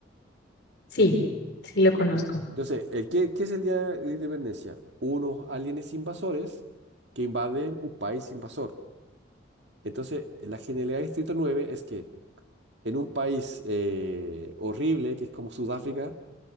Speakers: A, on the left; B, on the right.
A: Sí, sí lo conozco.
B: Entonces, eh, ¿qué, qué es el Día de la Independencia? Unos aliens invasores que invaden un país invasor. Entonces, la genialidad de Distrito nueve es que en un país eh, horrible, que es como Sudáfrica,